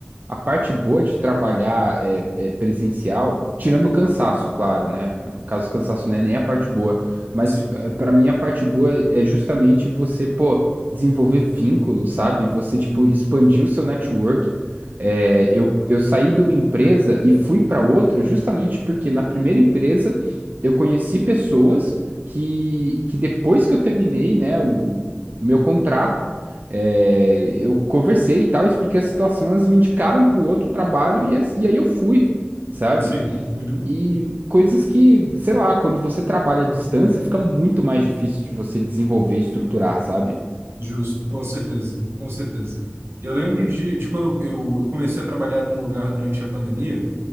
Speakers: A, on the right; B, on the right.
A: a parte boa de trabalhar é, é presencial, tirando o cansaço, claro, né? No caso, o cansaço não é nem a parte boa, mas
B: Sim.
A: é, pra mim a parte boa é justamente você, pô, desenvolver vínculos, sabe? Você,
B: Hum.
A: tipo, expandir o seu network. É, eu, eu saí de uma empresa e fui pra outra justamente porque na primeira empresa eu conheci pessoas que, que depois que eu terminei, né, o o- o meu contrato, É, eu conversei e tal, expliquei a situação, elas me indicaram para o outro trabalho e, as- e aí eu fui, sabe?
B: Sim. Uhum.
A: E coisas que, sei lá, quando você trabalha à distância, fica muito mais difícil de você desenvolver e estruturar, sabe?
B: Justo, com certeza, com certeza. Eu lembro de, de quando eu, eu comecei a trabalhar num lugar durante a pandemia,